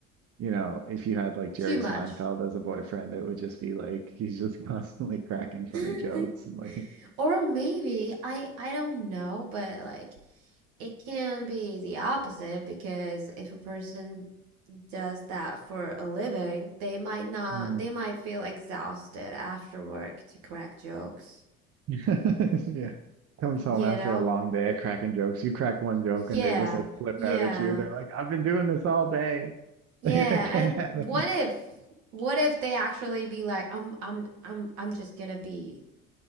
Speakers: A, on the right (about 35°); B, on the right (about 60°).
A: you know, if you had like Jerry
B: Too much.
A: Seinfeld as a boyfriend, it would just be like he's just <laughs> constantly cracking funny
B: <laughs>
A: jokes and like
B: Or maybe I I don't know, but like it can be the opposite because if a person does that for a living, they might not,
A: Mm.
B: they might feel exhausted after work to crack jokes.
A: <laughs> Yeah. Comes home
B: You
A: after
B: know?
A: a long day of cracking jokes. You crack one joke
B: Yeah.
A: and they just like flip
B: Yeah.
A: out at you. They're like, I've been doing this all day. <laughs>
B: Yeah.
A: Like, I can't have
B: And
A: it.
B: what if, what if they actually be like, I'm, I'm, I'm, I'm just gonna be